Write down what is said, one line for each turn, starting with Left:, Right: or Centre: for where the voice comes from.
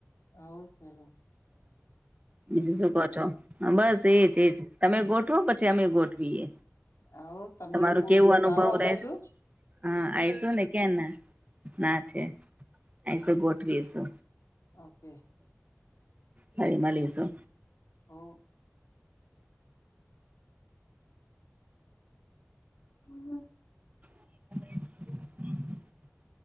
Left: હવ ચાલો
Right: બીજું શું કહો છો? બસ એજ એજ તમે <inaudible> પછી અમે ગોઠવીએ.
Left: આવ તમે
Right: તમારું
Left: કોઈ
Right: કેવું
Left: દિવસ
Right: અનુભવ
Left: આવો આ
Right: રેહ
Left: બાજુ
Right: હા આયશું ને. કે ના ના છે અ શું ગોઠવીશુ.
Left: ઓ
Right: ફરી મલીશું.
Left: હવ. હમ્મ.
Right: હમ